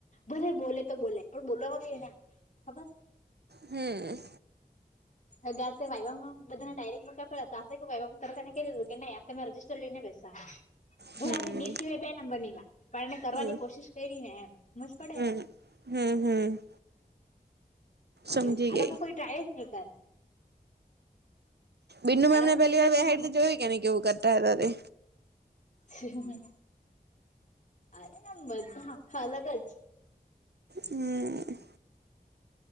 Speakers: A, on the left; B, on the right.
A: ભલે બોલે તો બોલે પણ બોલવામાં બી એને આવે ખબર
B: હમ.
A: હગા તે વાઇવામાં બધાને ડાયરેકમાં કે પેલા હતા વાઇવા માં તરત તને કહી દીધું કે નઈ તમે રજજીસ્ટર લઈને. બેસા. ભલે
B: હમ
A: ની થી હો બે નંબર ની વા પણ એને કરવાની
B: હમ
A: કોશિશ કરી ને એમ મસ્ત પડે
B: હમ
A: એમ.
B: હમ હમ. સમજી
A: એવું આ
B: ગઈ
A: લોકો કોઈ ટ્રાય જ ની કરે.
B: બીન્નુ મેમને
A: એડવાન્સ
B: પહેલીવાર
A: પ્રિપરેશન
B: બેહાડીને
A: અમે
B: જોયું કે એણે કેવું કરતા હતા તે.
A: હ <unintelligible> અરે એમ બધા આખા અલગ જ.
B: હમ.